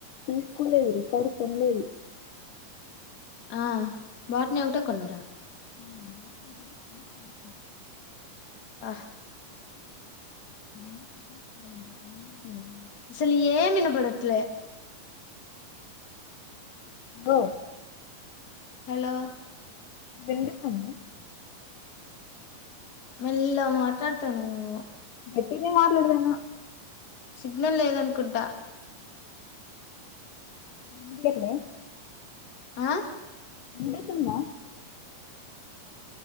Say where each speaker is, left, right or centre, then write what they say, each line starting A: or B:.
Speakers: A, on the left; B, on the left.
A: తీస్కులేరు కానీ కొనలేదు
B: ఆ వాటిని ఒకటే కొన్నారా
A: <inaudible>
B: ఆ
A: <inaudible>
B: అస్సలు ఏం ఎనపడట్లే
A: ఓ
B: హలో
A: విన్పిస్తాంద
B: మెల్లగా మాట్లాడుతన్నావ్ నువ్వు
A: గట్టిగా మాట్లాడదేనా
B: సిగ్నల్ లేదనుకుంటా
A: ఉందే లే
B: ఆ
A: వినిపిస్తుంద